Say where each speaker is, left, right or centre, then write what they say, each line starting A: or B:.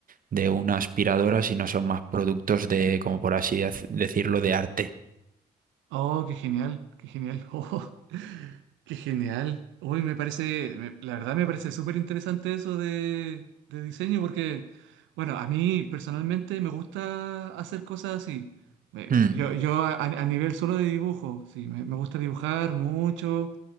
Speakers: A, on the right; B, on the right.
A: de una aspiradora, sino son más productos de, como por así dec- decirlo, de arte.
B: Oh, qué genial, qué genial. <laughs> Oh, qué genial. Uy, me parece, me- la verdad me parece súper interesante eso de, de diseño porque, bueno, a mí personalmente me gusta hacer cosas así. Me-
A: Mm.
B: Yo, yo a, a nivel solo de dibujo, sí, me, me gusta dibujar mucho